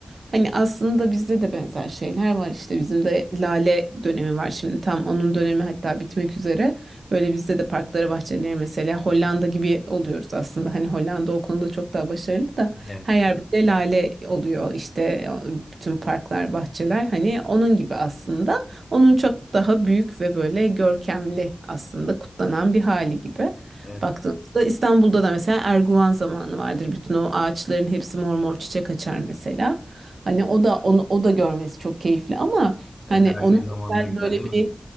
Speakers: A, on the right (about 80°); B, on the left (about 45°).
A: Hani aslında bizde de benzer şeyler var işte bizim de lale dönemi var şimdi tam onun dönemi hatta bitmek üzere. Böyle bizde de parklara bahçeleri mesela Hollanda gibi oluyoruz aslında. Hani Hollanda o konuda çok daha başarılı da
B: Evet.
A: her yer böyle lale oluyor işte bütün parklar bahçeler hani onun gibi aslında. Onun çok daha büyük ve böyle görkemli aslında kutlanan bir hali gibi.
B: Evet.
A: Baktığımızda İstanbul'da da mesela Erguvan zamanı vardır. Bütün o ağaçların hepsi mor mor çiçek açar mesela. Hani o da onu o da görmesi çok keyifli ama hani
B: Evet. Her
A: onu
B: şey zamanında
A: özel
B: güzel
A: böyle
B: değil
A: bir
B: mi?